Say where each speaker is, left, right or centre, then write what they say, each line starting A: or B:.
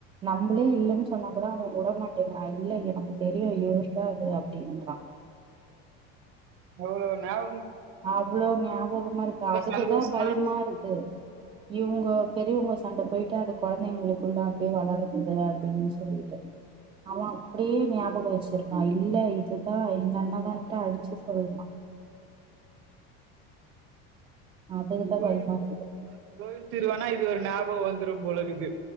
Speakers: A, on the right; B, on the right.
A: நம்பலே இல்லேன்னு சொன்னா கூட அவ விட மாட்டேங்கிறா இல்ல எனக்கு தெரியு இவர் தா இது அப்டின்றா
B: எவ்ளோ ஞாப
A: அவ்ளோ ஞாபகமா இருக்கு அதுக்குதா
B: சந்தோஷமா
A: பயமா இருக்கு இவங்கோ பெரியவங்க சண்ட போயிட்டு அது கொழந்தைங்களுக்குள்ள அப்டியே வளருதில்லயா அப்டின்னு சொல்லிட்டு அவ அப்டியே ஞாபக வெச்சிருக்கா இல்ல இதுதா இந்த அண்ணாதான்ட்டு அடிச்சு சொல்லுவா அதுக்கு தான்
B: கோயில்
A: பயமா இருக்குது.
B: கோயில் திருவிழான்னா இப் இப்டி ஒரு ஞாபகொ வந்துரும் போலகுது